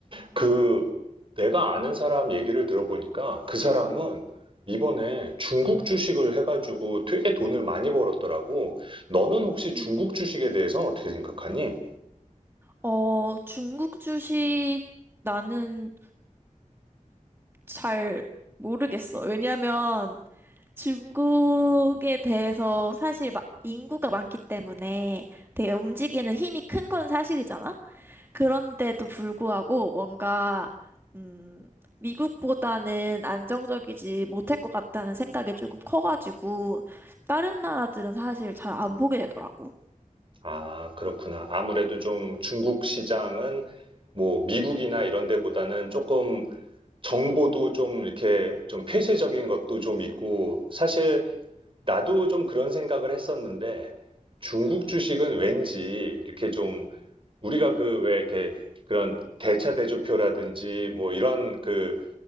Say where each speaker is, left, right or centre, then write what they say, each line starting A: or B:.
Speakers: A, on the right; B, on the right.
A: 그, 내가 아는 사람 얘기를 들어보니까 그 사람은 이번에 중국 주식을 해가지고 되게 돈을 많이 벌었더라고. 너는 혹시 중국
B: 음.
A: 주식에 대해서 어떻게 생각하니?
B: 어, 중국 주식 나는 잘 모르겠어. 왜냐면 중국에 대해서 사실 막 인구가 많기 때문에 되게 움직이는 힘이 큰 건 사실이잖아? 그런데도 불구하고 뭔가, 음, 미국보다는 안정적이지 못할 것 같다는 생각이 조금 커가지고, 다른 나라들은 사실 잘 안 보게 되더라고.
A: 아, 그렇구나. 아무래도 좀 중국 시장은 뭐 미국이나 이런 데보다는 조금 정보도 좀 이렇게 좀 폐쇄적인 것도 좀 있고 사실 나도 좀 그런 생각을 했었는데 중국
B: 응, 응.
A: 주식은 왠지 이렇게 좀 우리가 그 왜 이렇게 그런 대차대조표라든지 뭐 이런 그,